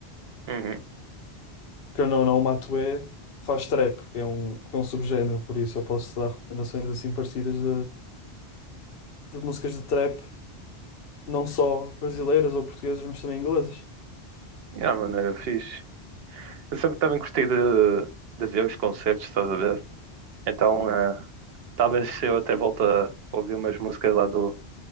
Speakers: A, on the right; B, on the left.
A: Uhum.
B: que eu não, não, o Matuê faz trap, que é um, que é um subgénero, por isso eu posso dar recomendações assim parecidas de, de músicas de trap, não só brasileiras ou portuguesas, mas também inglesas.
A: Yeah, mano, era fixe. Eu sempre também gostei de, de ver os concertos, estás a ver? Então, eh, talvez eu até volte a ouvir umas músicas lá do.